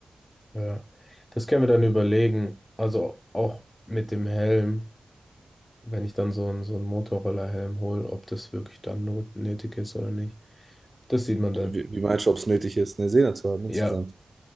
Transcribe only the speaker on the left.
Ja, das können wir dann überlegen. Also auch mit dem Helm, wenn ich dann so einen, so einen Motorroller-Helm hole, ob das wirklich dann not- nötig ist oder nicht. Das sieht man dann.
Ja,